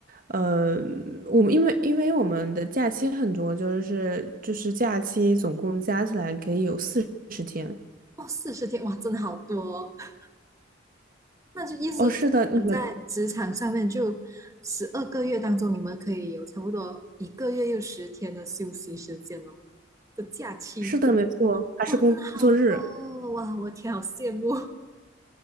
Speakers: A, on the right; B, on the right.
A: 呃，我们因为因为我们的假期很多，就是就是假期总共加起来可以有四十天。
B: 哦，四十天，哇，真的好多哦。<laughs> 那就意思说，
A: 哦，是的，
B: 就是你们在职场上面就十二个月当中，
A: 你们
B: 你们可以有差不多一个月又十天的休息时间哦，的假期。
A: 是的，没错，还是工作日。
B: 哇，真的好多哦！哇，我天，好羡慕！